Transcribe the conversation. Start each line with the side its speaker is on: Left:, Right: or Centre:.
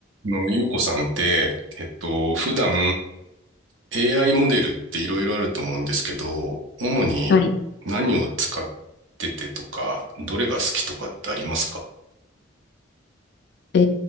Right: あの、ゆうこさんって、えっと、普段 AI モデルっていろいろあると思うんですけど、主に何を使っ
Left: はい。
Right: ててとか、どれが好きとかってありますか
Left: え